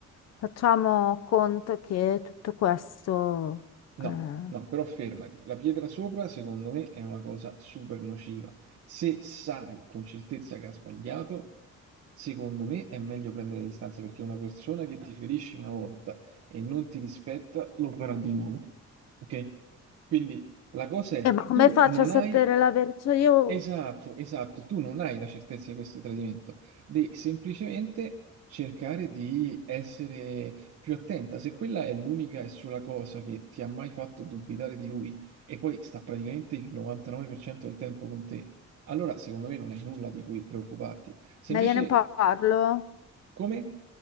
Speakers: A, on the left; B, on the right.
A: facciamo conto che tutto questo...
B: No,
A: eh,
B: no, però fermati. La pietra sopra, secondo me, è una cosa super nociva. Se sai con certezza che ha sbagliato, secondo me è meglio prendere le distanze perché una persona che ti ferisce una volta e non ti rispetta, lo farà di nuovo. Ok? Quindi la cosa è,
A: eh, ma come
B: tu
A: faccio
B: non
A: a sapere
B: hai
A: la verità? Cioè, io
B: Esatto, esatto, tu non hai la certezza di questo tradimento, devi semplicemente cercare di essere più attenta. Se quella è l'unica e sola cosa che ti ha mai fatto dubitare di lui e poi sta praticamente il 99% del tempo con te, allora secondo me non hai nulla di cui preoccuparti. Se
A: ma
B: invece
A: gliene parlo,
B: come?